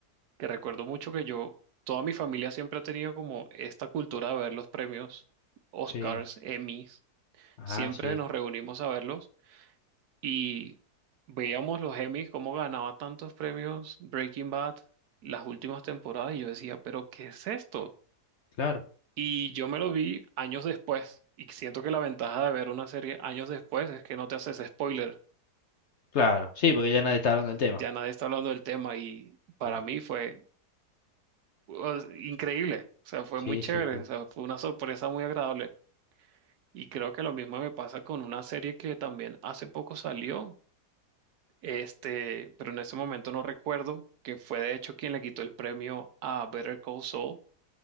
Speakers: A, on the right (about 75°); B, on the left (about 55°).
A: que recuerdo mucho que yo, toda mi familia siempre ha tenido como esta cultura de ver los premios, Oscars,
B: Sí,
A: Emmys,
B: ah,
A: siempre
B: sí,
A: nos reunimos a verlos. Y veíamos los Emmys, cómo ganaba tantos premios Breaking Bad las últimas temporadas y yo decía, pero ¿qué es esto?
B: claro,
A: Y yo me lo vi años después y siento que la ventaja de ver una serie años después es que no te haces spoiler,
B: claro. Sí, porque ya nadie está hablando del tema.
A: ya nadie está hablando del tema y para
B: Claro.
A: mí fue pues, increíble, o sea, fue
B: Sí,
A: muy chévere,
B: sí, sí.
A: o sea, fue una sorpresa muy agradable. Y creo que lo mismo me pasa con una serie que también hace poco salió, Este, pero en este momento no recuerdo que fue de hecho quien le quitó el premio a Better Call Saul